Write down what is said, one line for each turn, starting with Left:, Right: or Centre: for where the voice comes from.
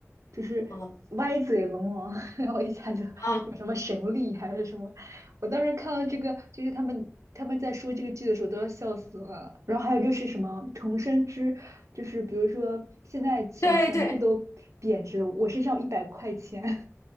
Right: 就是歪嘴龙王，
Left: 嗯
Right: <laughs> 然后一下就有什么神力还是什么，
Left: 啊，
Right: 我当时看到这个，就是他们他们在说这个剧的时候都要笑死了。然后还有就是什么重生之，就是比如说现在钱全部都贬值了，
Left: 对对
Right: 我身上有一百块钱，